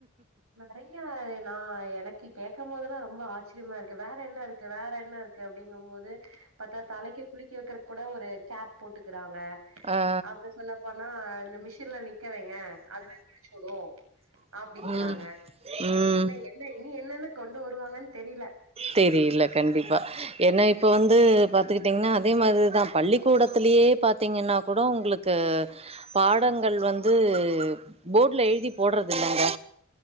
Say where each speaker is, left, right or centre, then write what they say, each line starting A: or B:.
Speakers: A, on the right; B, on the right.
A: ரைய்யார் அதே நா எனக்கி கேக்கம் போதெல்லா ரொம்ப ஆச்ரியமாருக்கு வேற என்ன இருக்கு வேற என்ன இருக்கு அப்டிங்கம்போது பாத்தா தலைக்கு குளிக்க வெக்கறக் கூட ஒரு கேப் போட்டுக்குறாங்க
B: ஆ
A: அப்றோ சொல்லப் போனா இந்த மிஷின்ல நிக்கவைங்க அதுவேக் குளிச்சசூடு அப்டிங்கிறாங்க
B: ம் ம்
A: என்ன என்ன இனி என்னென்னக் கொண்டு வருவாங்கன் தெரில
B: தெரில கண்டிப்பா ஏன்னா இப்ப வந்து பாத்துகிட்டீங்னா அதே மாதிரிதாப் பள்ளிக்கூடத்திலியேப் பாத்தீங்கின்னாக் கூட உங்ளுக் கு பாடங்கள் வந்து போர்ட்ல எழுதிப் போட்றதில்லங்க